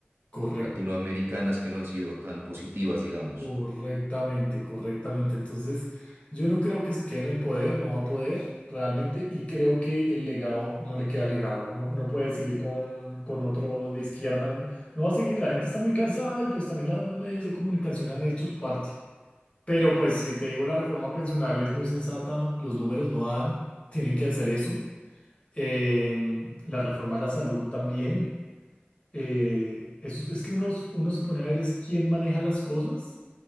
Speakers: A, on the left (about 30°); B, on the right (about 70°).
A: Correcto.
B: latinoamericanas que no han sido tan positivas, digamos.
A: Correctamente, correctamente. Entonces, yo no creo que se quede en el poder. No va a poder realmente. Y creo que el legado no le queda legado. No, no puede seguir con, con otro de izquierda. No, no va a seguir. La gente está muy cansada y pues también la- los medios de comunicación han hecho su parte. Pero pues si te digo, la reforma pensional es muy sensata, los números no dan, tienen que hacer eso. Eh, la reforma a la salud también. Eh, eso, es que uno, uno se pone a ver es quién maneja las cosas